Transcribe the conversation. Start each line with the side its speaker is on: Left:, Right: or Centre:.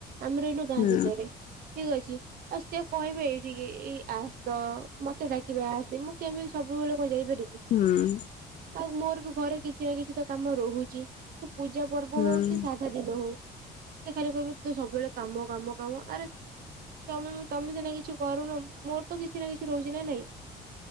Right: ଆମେ ରହିଲୁ ଗାଁ
Left: ହୁଁ
Right: ଭିତରେ। ଠିକ୍ ଅଛି। ଆଉ ସିଏ କହିବେ ଏଇଠି ଏଇ ଆସ ତୋ ମତେ ଡାକିବେ ଆସ। ମୁଁ କେମିତି ସବୁବେଳେ କଣ ଯାଇପାରିବି?
Left: ହୁଁ।
Right: ଆଉ ମୋର ବି ଘରେ କିଛି ନା କିଛି ତ କାମ ରହୁଛି। ସେ ପୂଜା ପର୍ବ
Left: ହୁଁ
Right: ହଉକି ସା ଦିନ ହଉ ସେଖାଲି କହିବେ ତୁ ତ ସବୁବେଳେ କାମ କାମ କାମ ଆରେ ତମେ - ତମେ ସିନା କିଛି କରୁନ। ମୋର ତ କିଛି ନା କିଛି ରହୁଛି ନା ନାଇଁ।